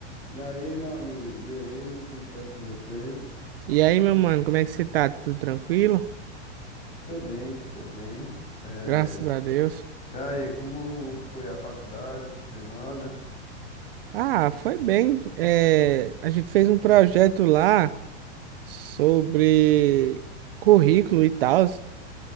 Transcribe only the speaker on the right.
E aí, meu mano, como é que você tá? Tudo tranquilo?
Graças a Deus.
Ah, foi bem. É, a gente fez um projeto lá sobre currículo e tal.